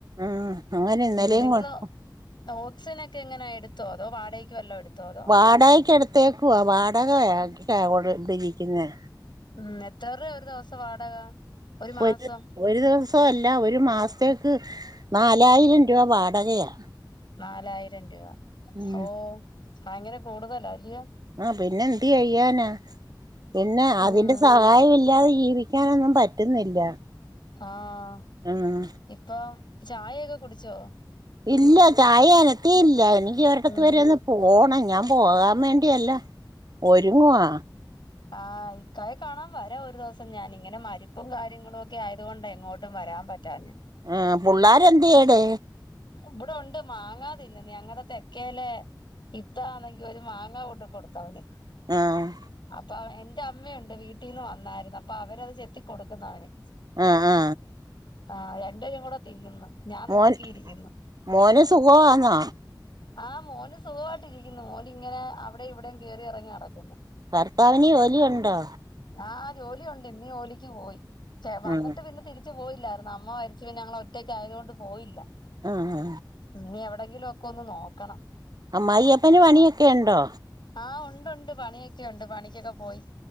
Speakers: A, on the right; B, on the left.
A: ഉം അങ്ങനെ ഇന്നലെയും
B: ഉം നിങ്ങള്
A: കൊ <unintelligible>
B: ഓക്സിജനൊക്കെ എങ്ങനാ എടുത്തോ, അതോ വാടകക്ക് വല്ല എടുത്തോ അതോ
A: വാടകക്കെടുത്തേക്കുവ വാടകയാ ക്കാ കൊട് ട്ടിരിക്കുന്നെ
B: ഉം എത്ര രൂപ്യാ ഒരു ദിവസ്ത്തെ വാടക ഒരു മാസം
A: ഒര് ഒരു ദിവസം അല്ല ഒരു മാസ്ത്തേക്ക് നാലായിരം രൂപ വാടകയാ
B: നാലായിരം രൂപ,
A: ഉം
B: ഓഹ് ഭയങ്കര കൂടുതലാ അല്ലിയോ
A: ആഹ് പിന്നെന്ത് ചെയ്യാനാ പിന്നെ അതിന്റെ
B: ഉം
A: സഹായം ഇല്ലാതെ ജീവി ക്കാനൊന്നും പറ്റുന്നില്ല
B: ആഹ്
A: ഉം
B: ഇപ്പം ചായയൊക്കെ കുടിച്ചോ
A: ഇല്ല ചായ അനത്ത ഇല്ല എനിക്ക് ഒരിടത്ത്
B: ഉം
A: വരെ ഒന്ന് പോണം ഞാൻ പോകാൻ വേണ്ടിയല്ല ഒരുങ്ങുവാ
B: ആഹ് ഇക്കായെ കാണാൻ വരാം ഒരു ദിവസം ഞാൻ. ഇങ്ങനെ മരിപ്പും കാര്യങ്ങളും ഒക്കെ ആയത് കൊണ്ട എങ്ങോട്ടും വരാൻ പ റ്റാഞ്ഞെ
A: ആഹ് പുള്ളോര എന്തെടെ
B: ഇവിടെ ഉണ്ട് മാങ്ങാ തിന്നന്ന് ഞങ്ങടെ തെക്കേലെ ഇത്താ ആണെങ്കിൽ ഒരു മാങ്ങ കൊണ്ട് കൊടുത്തവന്
A: ആഹ്
B: അപ്പൊ എന്റെ അമ്മയുണ്ട് വീട്ടിൽ നിന്ന് വന്നായിരുന്നു അപ്പൊ അവരത് ചെത്തി കൊടുക്കുന്നവന്
A: ആ ആ
B: ആഹ് രണ്ട പേരും കൂടെ തിന്നുന്നു ഞാൻ
A: മോൻ
B: നോക്കിയിരിക്കുന്നു
A: മോന് സുഖവാന്നോ
B: ആഹ് മോന് സുഖമായിട്ട് ഇരിക്കുന്നു മോന് ഇങ്ങനെ അവിടെ ഇവിടെയും കേറി ഇറങ്ങി നടക്കുന്നു
A: ഭർത്താവിന് ജോലിയുണ്ടോ
B: ആഹ് ആ ജോലിയുണ്ട് ഇന്നീ ജോലിക്ക് പോയി ചെ വന്നിട്ട്
A: ഉം
B: പിന്നെ തിരി ച്ച് പോയില്ലായിരുന്നു അമ്മ മരിച്ചു പിന്ന ഞങ്ങ ഒറ്റക്കാ യത് കൊണ്ട് പോയില്ല
A: ആഹ്
B: ഇനി എവിടെങ്കിലും ഒക്കെ ഒന്ന് നോക്കണം
A: ആമ്മായി അപ്പന് പണിയൊക്കെ ഒണ്ടോ
B: ആഹ് ഉണ്ട് ഉണ്ട് പണിയൊക്കെണ്ട് പണിക്കൊക്കെ പോയി